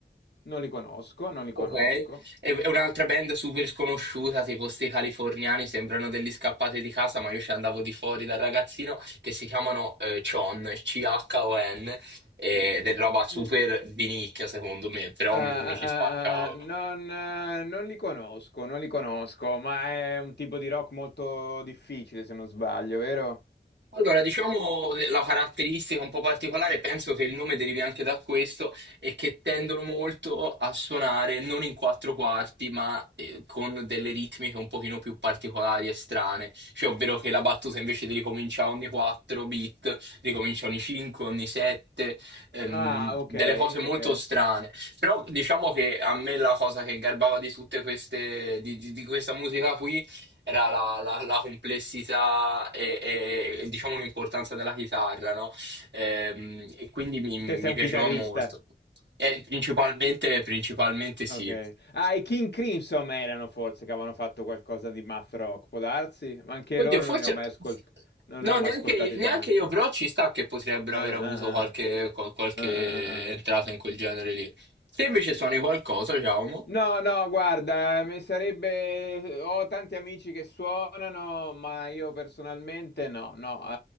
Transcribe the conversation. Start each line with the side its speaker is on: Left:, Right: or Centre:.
Left: Non li conosco, non li conosco.
Right: Ok, è è un'altra band super sconosciuta, tipo sti californiani, sembrano degli scappati di casa, ma io ci andavo di fuori da ragazzino, che si chiamano eh, Chon, C-H-O-N, ed
Left: Mm,
Right: è roba super di nicchia secondo me, però
Left: ah,
Right: mi, mi ci spaccavo.
Left: ah, ah, ah, non, eh, non li conosco, non li conosco, ma è un tipo di rock molto difficile, se non sbaglio, vero?
Right: Allora, diciamo eh, la caratteristica un po' particolare, penso che il nome derivi anche da questo, è che tendono molto a suonare non in quattro quarti, ma eh, con delle ritmiche un pochino più particolari e strane. Cioè, ovvero che la battuta invece di ricominciare ogni 4 beat, ricomincia ogni 5, ogni 7, ehm,
Left: Ah, ok,
Right: delle cose molto
Left: ok.
Right: strane. Però diciamo che a me la cosa che garbava di tutte queste, di, di- di questa musica qui era la, la- la complessità e, e- e, diciamo l'importanza della chitarra, no? Ehm, E, quindi mi, mi
Left: Te sei un
Right: piaceva
Left: chitarrista.
Right: molto. E principalmente, principalmente sì.
Left: Ok. Ah, i King Crimson erano forse che avevano fatto qualcosa di math rock, può darsi? Ma anche
Right: Oddio,
Left: loro
Right: forse...
Left: non li ho mai ascoltati, non
Right: No,
Left: li ho mai
Right: neanche,
Left: ascoltati
Right: neanche
Left: tanto.
Right: io, però ci sta che potrebbero
Left: Ah,
Right: aver avuto
Left: ah,
Right: qualche,
Left: ah.
Right: qual- qualche
Left: Ah, ah, ah.
Right: entrata
Left: ah.
Right: in quel genere lì. Se invece suoni qualcosa, Giacomo...
Left: No, no, guarda, eh, mi sarebbe... Ho tanti amici che suonano, ma io personalmente no, no. Eh,